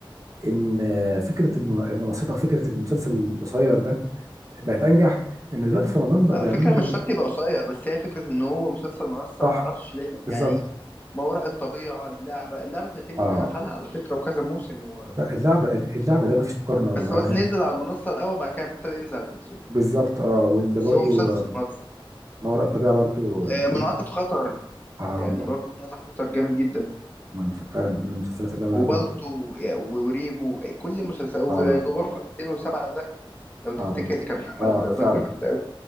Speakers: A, on the right (about 35°); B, on the left (about 20°).
A: ان فكره الم- المنصات او فكره المسلسل القصير ده بقت انجح ان دلوقتي في رمضان بقى
B: على
A: بيعملوا
B: فكرة مش
A: له
B: شرط يبقى قصير بس هي فكرة ان هو مسلسل منصة
A: صح
B: معرفش دايما يعني
A: بالظبط
B: ما وراء الطبيعة اللعبة اللعبة 30
A: اه
B: حلقة على فكرة وكذا موسم و...
A: لا، اللعبه اللعبه ده ما فيش مقارنه
B: بس هو
A: <laughs>
B: نزل على المنصة الأول بعد كده ابتدى ينزل على التلفزيون
A: بالظبط اه واللي
B: بس
A: برضو
B: هو مسلسل منصة
A: ما وراء الطبيعه برضو انتاج
B: آه، منعطف خطر
A: اه
B: يعني برضو منعطف خطر جامد جدا
A: من فعلا من المسلسلات اللي انا
B: وبالتو
A: برضه
B: يا- وريفو أي- كل مسلسل والغرفة
A: اه
B: 207 ده لو تفتكر
A: اه برضه افتكر
B: كان عمل
A: اه فعلا
B: ضجة جامدة أوي.